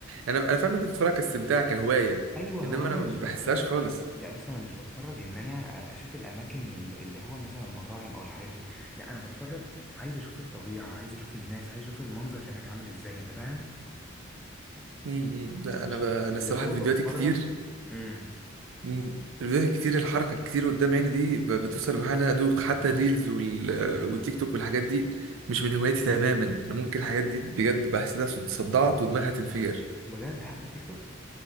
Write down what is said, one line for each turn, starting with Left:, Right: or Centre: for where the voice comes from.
Right: انا انا فاهم انت بتتفرج كاستمتاع كهوايه
Centre: ايوه
Right: انما
Centre: هو انا
Right: انا
Centre: مش
Right: ما
Centre: بتفرج
Right: بحسهاش خالص
Centre: لا بص انا مش بتفرج ان انا اشوف الاماكن ال- اللي هو مثلا المطاعم او الحاجات دي لا انا بتفرج عايز اشوف الطبيعه عايز اشوف الناس عايز اشوف المنظر هناك عامل ازاي انت فاهم
Right: امم لا
Centre: مش
Right: انا ب...
Centre: مش
Right: انا
Centre: اللي
Right: الصراحه
Centre: هو
Right: الفيديوهات
Centre: بتفرج
Right: الكتير
Centre: امم
Right: مم. الفيديوهات الكتير الحركه الكتير قدام عيني دي ب... بتوصل لمرحله إن انا ادوخ حتى الريلز وال... والتيك توك والحاجات دي مش من هواياتي تماما انا ممكن الحاجات دي بجد بحس انها صد- صدعت ودماغي هتنفجر
Centre: بجد حتى تيك توك